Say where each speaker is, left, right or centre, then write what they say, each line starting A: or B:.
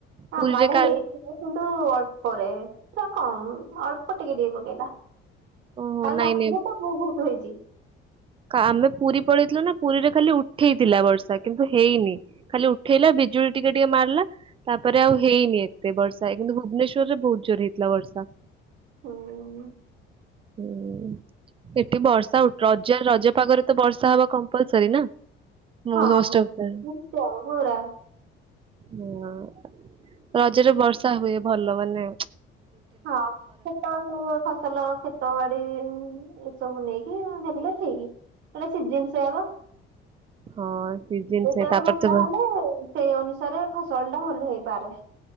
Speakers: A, on the right; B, on the right.
A: ଆମ
B: ପୁରୀରେ
A: ଆଡେ
B: କା
A: ହେଇ <unintelligible> କିନ୍ତୁ ଅଳ୍ପରେ ପୁରା କମ୍ ଅଳ୍ପ ଟିକେ ଟିକେ ପକେଇଲା।
B: ଓହୋ
A: କାଲି
B: ନାଇଁ
A: ରାତିରେ
B: ନାଇଁ
A: ତ ବହୁତ୍ ହେଇଛି।
B: କା ଆମେ ପୁରୀ ପଳେଇଥିଲୁ ନା ପୁରୀରେ ଖାଲି ଉଠେଇଥିଲା ବର୍ଷା କିନ୍ତୁ ହେଇନି। ଖାଲି ଉଠେଇଲା ବିଜୁଳି ଟିକେ ଟିକେ ମାରିଲା ତାପରେ ଆଉ ହେଇନି ଏତେ ବର୍ଷା କିନ୍ତୁ ଭୁବନେଶ୍ୱରରେ ବହୁତ ଜୋର ହେଇଥିଲା ବର୍ଷା।
A: ହୁଁ ଉଁ ଉଁ
B: ହୁଁଉଁଉଁ ଏଠି ବର୍ଷା ଉଠଦ୍ <inaudible> ରଜପାଗରେ ତ ବର୍ଷା ହବା କମ୍ପଲସରି ନା
A: ହଁ
B: ମୋଷ୍ଟ ଅଫ୍ ଦ
A: <unintelligible>
B: ହଁଅଅ ରଜରେ ବର୍ଷା ହୁଏ ଭଲ ମାନେ ଚୁ।
A: ହଁ କ୍ଷେତ ସବୁ ଫସଲ କ୍ଷେତବାଡି ଉଁ ଉଁ ଉଁ ସବୁ ନେଇକି ହେଲେ ଠିକ୍। ଏଇଟା ସିଜିନ୍ ସେଇଆ ପା,
B: ହଁ ସିଜିନ
A: ଏଇ
B: ସେ
A: ଟାଇମରେ
B: ତାପରେ
A: ବର୍ଷା
B: ତ ହଁ
A: ହେଲେ ସେଇ ଅନୁସାରେ ଫସଲଟା ଭଲ ହୁଏ। ପାରେ।